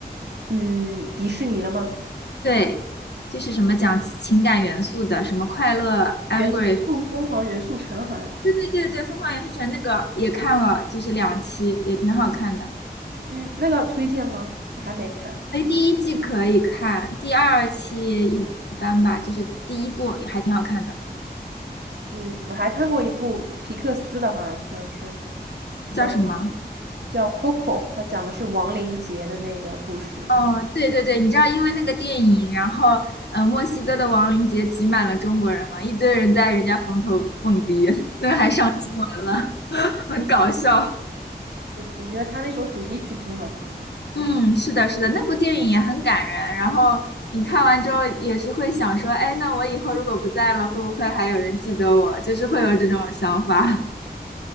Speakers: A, on the right (about 75°); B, on the left (about 80°).
A: 嗯，迪士尼的吗？
B: 对，就是什么讲情感元素的，什么快乐，angry，
A: 元素疯狂元素城好像是
B: 对对对对，《疯狂元素城》那个也看了，就是两期，也挺好看的。
A: 嗯，那个推荐吗？我还没看。
B: 哎，第一季可以看，第二期一般吧，就是第一部还挺好看的，
A: 嗯，我还看过一部皮克斯的，好像好像是
B: 叫什么？
A: 动画叫《Coco》，它讲的是亡灵节的那个故事。
B: 哦，对对对，你知道，因为那个电影，然后呃，墨西哥的亡灵节挤满了中国人嘛，一堆人在人家坟头蹦迪，<laughs> 那还上新闻了，<laughs> 很搞笑。
A: 我我觉得他那首主题曲挺好听的。
B: 嗯，是的，是的，那部电影也很感人。然后你看完之后也是会想说，哎，那我以后如果不在了，会不会还有人记得我？就是会有这种想法